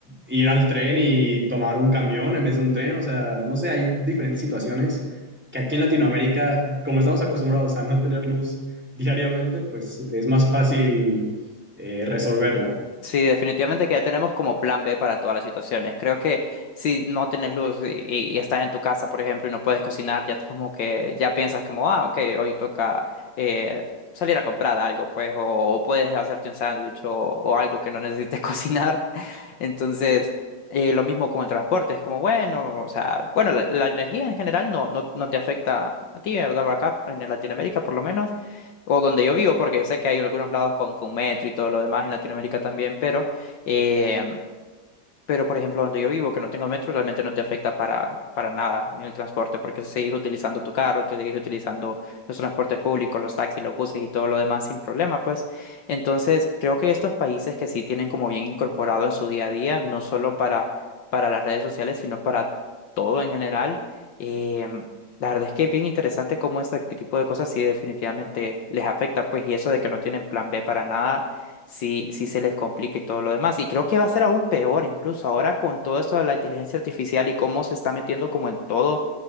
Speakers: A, in the centre; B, on the left (about 65°).
A: ir al tren y tomar un camión en vez de un tren, o sea, no sé, hay diferentes situaciones que aquí en Latinoamérica, como estamos acostumbrados a no tener luz diariamente, pues es más fácil eh, resolverlo.
B: Sí, definitivamente que ya tenemos como plan B para todas las situaciones. Creo que si no tienes luz y, y- y estás en tu casa, por ejemplo, y no puedes cocinar, ya como que ya piensas como, ah, ok, hoy toca eh, salir a comprar algo, pues, o, o puedes hacerte un sándwich o, o algo que no necesites <laughs> cocinar. Entonces, eh, lo mismo con el transporte, es como, bueno, o sea, bueno, la, la energía en general no, no, no te afecta a ti, ¿verdad? Acá en Latinoamérica, por lo menos o donde yo vivo, porque yo sé que hay algunos lados con, con metro y todo lo demás en Latinoamérica también, pero eh, pero, por ejemplo, donde yo vivo, que no tengo metro, realmente no te afecta para, para nada en el transporte, porque sigues utilizando tu carro, te sigues utilizando los transportes públicos, los taxis, los buses y todo lo demás sin problema, pues. Entonces, creo que estos países que sí tienen como bien incorporado en su día a día, no solo para, para las redes sociales, sino para todo en general, eh, la verdad es que es bien interesante cómo este tipo de cosas sí definitivamente les afecta, pues, y eso de que no tienen plan B para nada sí, sí se les complica y todo lo demás. Y creo que va a ser aún peor, incluso ahora con todo esto de la inteligencia artificial y cómo se está metiendo como en todo.